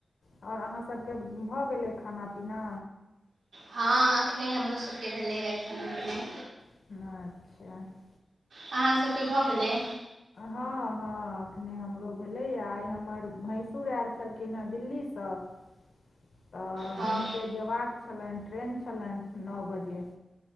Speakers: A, on the left; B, on the right.
A: औ अहाँ सभ केँ भऽ गेलै खाना पीना
B: हँ एखने हमरो सब केँ भेलैएँ खेनाइ पीनाइ।
A: <unintelligible>
B: अहाँ सभ कऽभऽ गेलै
A: हँ हँ एखने हमरो भेलैए आइ हमर भैंसुर आयल छलखिन है दिल्लीसँ <inaudible> तऽ
B: हँ
A: हुन केँ जयबाक छलैन ट्रेन छलैन नओ बजे